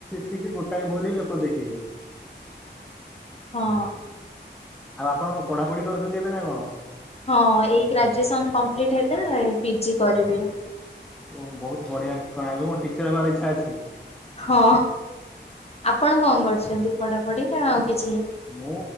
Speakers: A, in the centre; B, on the left.
A: ଠିକ୍ <unintelligible> ଗୋଟାଏ ଭୁଲି ହିଁ ଲୋକ ଦେଖିିବେ।
B: ହଁ।
A: ଆଉ ଆପଣଙ୍କ ପଢାପଢି କରୁଛନ୍ତି ଏବେ ନା କଣ?
B: ହଁ ଏଇ ଗ୍ରାଜୁଏସନ କମ୍ପ୍ଲିଟ୍ ହେଲା ପିଜି କରିବି ଏଇନା।
A: ଓହୋ ବହୁତ ବଢ଼ିଆ। କଣ ଆଗକୁ ଟିଚର୍ ହବାର ଇଚ୍ଛା ଅଛି?
B: ହଁ ଆପଣ କଣ କରୁଛନ୍ତି ପଢାପଢି ନା ଆଉ କିଛି?
A: ମୁଁ